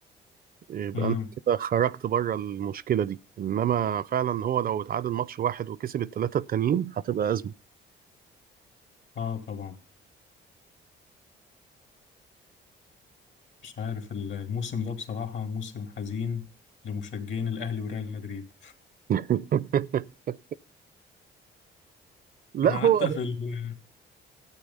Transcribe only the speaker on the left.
امم
اه طبعا مش عارف ال- الموسم ده بصراحة موسم حزين لمشجعين الأهلي وريال مدريد
أنا
حتى في ال